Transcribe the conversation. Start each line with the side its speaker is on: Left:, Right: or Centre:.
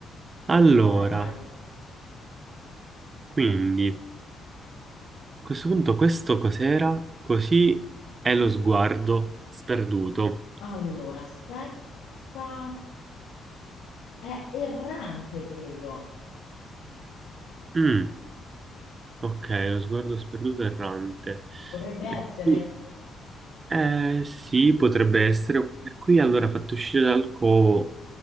Right: Allora,
Left: vai, vai.
Right: quindi, a questo punto questo cos'era? Così è lo sguardo sperduto.
Left: Allora, aspetta. È errante, credo.
Right: Mm, ok, lo sguardo sperduto e errante.
Left: Potrebbe essere.
Right: E qui- Eh, sì, potrebbe essere. E qui allora fatto uscire dal covo,